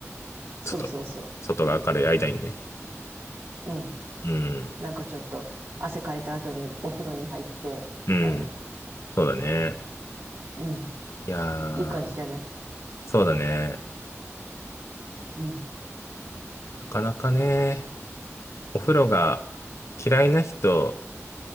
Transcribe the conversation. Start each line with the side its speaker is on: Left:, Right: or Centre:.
Right: そうそうそ
Left: ちょっと、外が明るい間にね。
Right: う。うん。
Left: うん。
Right: なんかちょっと、汗かいた後にお風呂に入って、
Left: うん。
Right: みたいな。
Left: そうだね。
Right: うん。
Left: いやー、
Right: いい感じじゃない
Left: そうだね。
Right: うん。
Left: なかなかね、お風呂が嫌いな人、